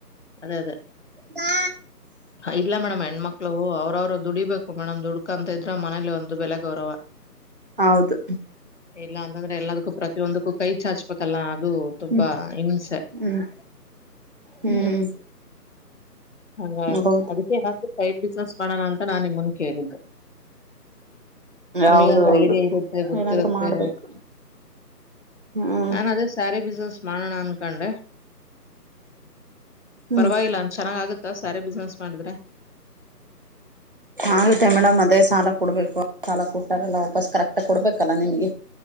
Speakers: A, on the left; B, on the right.
A: ಅದೇ ಅದೇ.
B: ಹಾ..
A: ಇಲ್ಲ ಮೇಡಮ್ ಹೆಣ್ಮಕ್ಳು ಅವ್ರವ್ರು ದುಡಿಬೇಕು.. ಒ ಮೇಣಮ್ ದುುಡ್ಕ ಅಂತ ಇದ್ರೆ ಮನೇಲಿ ಒಂದು ಬೆಲೆ ಗೌರವ..
B: ಹೌದು..
A: ಇಲ್ಲಾಂತಂದ್ರೆ ಎಲ್ಲದಕ್ಕೂ ಪ್ರತಿಯೊಂದಕ್ಕೂ ಕೈ ಚಾಚ್.. ಇಪಕಲ್ಲ ಅದು ತುಂಬಾ
B: ಹ್ಮ್
A: ಹಿಂಸೆ.
B: ಹ್ಮ್ ಹ್ಮ್
A: ಹ್ಮ ಹಾಗ
B: ಹೌದು
A: ಅದಕ್ಕೆನ ಸೈಡ್ಸಿನಸ್.. ಮಾಡೋಣ ಅಂತ ನಾನನ್ ನಿಮ್ಮನ್ ಕೇಳಿದ್ದು.. ನಿಮಗಾದ್ರೆ
B: ಹೌದೌದು
A: ಐಡಿಯಾ ಇರುತ್ತೆ ಗೊತ್ತಿರುತ್ತೆ..
B: ಏನಾದ್ರು ಮಾಡ್ಬೇಕು ಹ್ಮ್
A: ನಾನ್ ಅದೇ ಸ್ಯಾರಿ ಬಿಸ್ನೆಸ್ ಮಾಡೋಣ ಅನ್ಕೊಂಡೆ..
B: ಹ್ಮ್
A: ಪರವಾಗಿಲ್ಲ ಚೆನ್ನಾಗ್ ಆಗುತ್ತಾ ಸ್ಯ ಬಿಸ್ನೆಸ್.. ಮಾಡಿದ್ರೆ
B: ಆಗುತ್ತೆ ಮೇಡಮ್ ಅದೇ ಸಾಲ ಕೊಡ್ಬೇಕು.. ಸಾಲ ಕೊಟ್ಟಾರಲ್ಲ ವಾಪಸ್ ಕರೆಕ್ಟ್ ಕೊಡ್ಬೇಕಲ್ಲ ನಿಮ್ಗೆ..